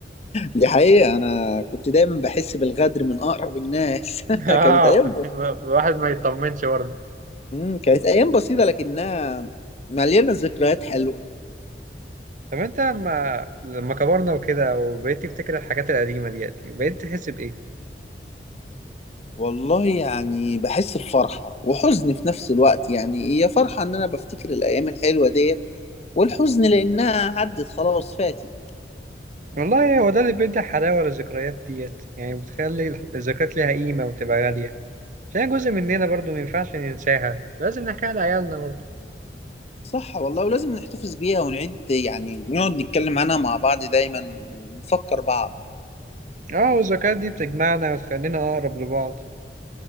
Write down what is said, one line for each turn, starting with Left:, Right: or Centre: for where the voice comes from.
Left: دي حقيقة انا كنت دايما بحس بالغدر من اقرب الناس <laughs>
Right: <laughs> اه
Left: كانت ايام ب-
Right: الواحد ما يطمنش برضه
Left: <laughs> مم، كانت ايام بسيطة لكنها مليانة ذكريات حلوة
Right: طب انت لما لما كبرنا وكده وبقيت تفتكر الحاجات القديمة ديت بقيت تحس بإيه؟
Left: والله يعني بحس بفرحة وحزن في نفس الوقت يعني هي فرحة إن أنا بفتكر الأيام الحلوة ديت والحزن لأنها عدت خلاص فاتت
Right: والله هو ده اللي بيدي حلاوة للذكريات ديت يعني بتخلي الذكريات ليها قيمة وتبقى غالية عشان جزء مننا برضه ما ينفعش ننساها لازم نحكيها لعيالنا برضه
Left: صح والله ولازم نحتفظ بيها ونعيد يعني نقعد نتكلم عنها مع بعض دايما ونفكر بعض
Right: اه والذكريات دي بتجمعنا وتخلينا أقرب لبعض